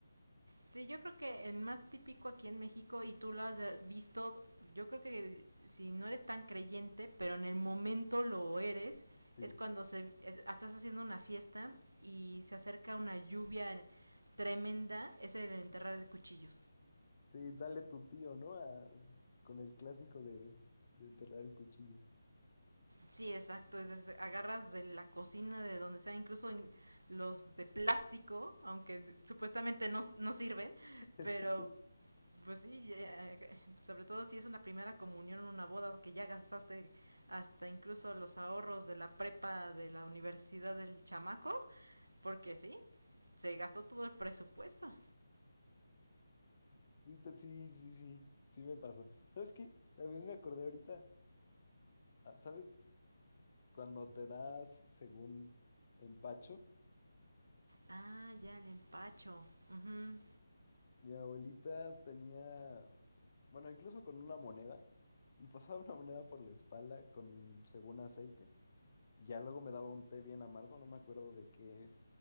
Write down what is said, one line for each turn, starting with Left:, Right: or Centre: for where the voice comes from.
Right: Sí, yo creo que el más típico aquí en México, y tú lo has eh, visto, yo creo que si no eres tan creyente, pero en el momento lo eres,
Left: Sí,
Right: es cuando se, es- estás haciendo una fiesta y se acerca una lluvia tremenda, es el enterrar de cuchillos.
Left: sí, sale tu tío, ¿no? A- con el clásico de, de enterrar el cuchillo.
Right: Sí, exacto, es, es- agarras de la cocina, de donde sea, incluso en- los de plástico, aunque d- supuestamente no, s- no sirven,
Left: <laughs>
Right: pero Pues sí, ya- <laughs> sobre todo si es una primera comunión, una boda, que ya gastaste hasta incluso los ahorros de la prepa de la universidad del chamaco, porque sí, se gastó todo el presupuesto.
Left: Sí, te- sí, sí, sí, sí me pasa. ¿Sabes qué? También me acordé ahorita, ah, ¿sabes? Cuando te das según empacho.
Right: Ah, ya, el empacho. Ujú.
Left: Mi abuelita tenía, bueno, incluso con una moneda, me pasaba una moneda por la espalda con, según aceite, y ya luego me daba un té bien amargo, no me acuerdo de qué,